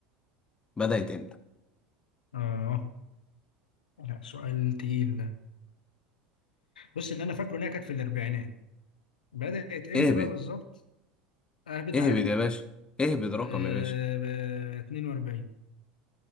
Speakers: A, on the left (about 20°); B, on the left (about 85°).
A: بدات امتى
B: آه لا سؤال تقيل ده بص اللي أنا فاكره إنها كانت في الأربعينات بدأت إمتى
A: اهبد
B: بقى بالظبط؟ أهبد
A: اهبد
B: عادي
A: يا باشا اهبد رقم
B: آه
A: يا باشا
B: ب 42